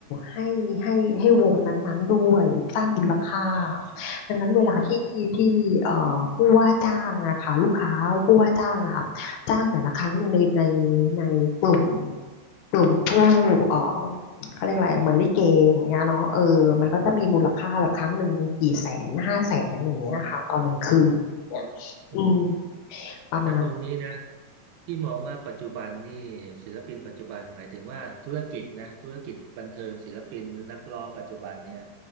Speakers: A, on the left; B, on the right.
A: ให้ให้ให้วงนั้นๆด้วยสร้างมูลค่า
B: ใช่ใช่
A: ดังนั้นเวลาที่ที่เอ่อผู้ว่าจ้างอะค่ะลูกค้าผู้ว่าจ้างอะค่ะจ้างแต่ละครั้งหนึ่งในใน
B: ใช่
A: ในกลุ่มกลุ่มผู้เอ่อเขาเรียกอะไรเหมือนลิเกอย่างเงี้ยเนาะเออมันก็จะมีมูลค่าแบบครั้งหนึ่งกี่แสนห้าแสนอย่างเงี้ยค่ะตอนหนึ่งคืนเนี่ยอืม
B: อืมอืมอืม
A: ประมาณ
B: แต่ตรงนี้นะที่มองว่าปัจจุบันนี่ศิลปินปัจจุบันหมายถึงว่าธุรกิจนะธุรกิจบันเทิงศิลปินนักร้องปัจจุบันเนี่ย